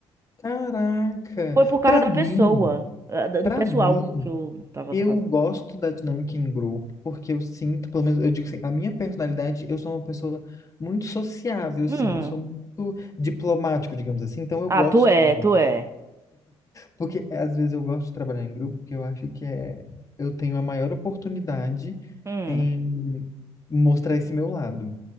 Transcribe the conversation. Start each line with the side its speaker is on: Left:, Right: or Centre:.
Left: Caraca,
Right: Foi por causa
Left: pra
Right: da
Left: mim,
Right: pessoa, ah, da-
Left: pra
Right: do pessoal
Left: mim,
Right: que eu tava
Left: eu
Right: tava fazendo.
Left: gosto da dinâmica em grupo, porque eu sinto, pelo menos eu digo assim, a minha personalidade, eu sou uma pessoa muito sociável, assim,
Right: Hum.
Left: eu sou muito diplomático, digamos assim, então eu
Right: Ah,
Left: gosto
Right: tu
Left: de
Right: é,
Left: trabalhar
Right: tu é.
Left: Porque é, às vezes eu gosto de trabalhar em grupo, porque eu acho que é, eu tenho a maior oportunidade
Right: Hum.
Left: em mostrar esse meu lado,